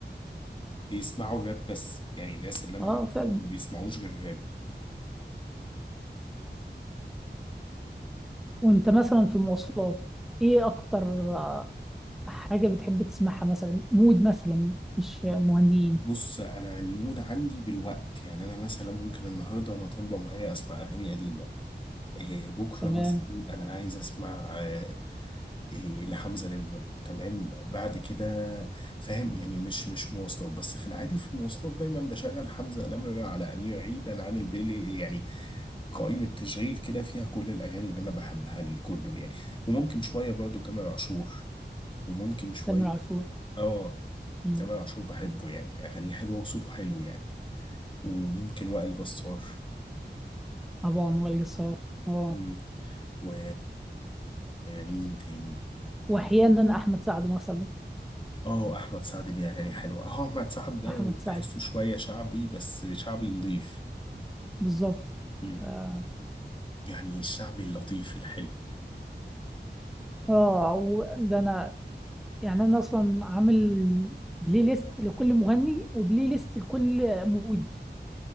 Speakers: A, on the left; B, in the centre.
A: بيسمعوا راب بس يعني الناس اللي انا
B: آه،
A: عارفهم
B: فعلا
A: ما بيسمعوش غير راب
B: وانت مثلا في المواصلات ايه اكتر آه، حاجة بتحب تسمعها مثلا مود مثلا مش مهندين
A: بص انا المود عندي بالوقت يعني انا مثلا ممكن النهارده انا طالبه معايا اسمع اغاني قديمه إيه بكره
B: تمام
A: مثلا انا عايز اسمع آه، إيه لحمزه نمره تمام بعد كده فاهم يعني مش مش مواصلات بس في العادي في المواصلات دايما بشغل حمزه نمره على امير عيد انا عامل بيلي يعني قائمه تشغيل كده فيها كل الاغاني اللي انا بحبها لكله يعني وممكن شويه برضه تامر عاشور وممكن شوية
B: تامر عاشور
A: اه
B: مم.
A: تامر عاشور بحبه يعني اغانيه حلوه وصوته حلو يعني وممكن وائل جسار
B: طبعا وائل جسار اه
A: مم. و مين تاني
B: واحيانا احمد سعد مثلا
A: اه احمد سعد ليه اغاني حلوه اه احمد سعد ده
B: احمد سعد
A: تحسه شويه شعبي بس شعبي نضيف
B: بالظبط
A: مم.
B: اه
A: يعني الشعبي اللطيف الحلو
B: آه، وده انا يعني انا اصلا عامل بلاي ليست لكل مغني وبلاي ليست لكل مود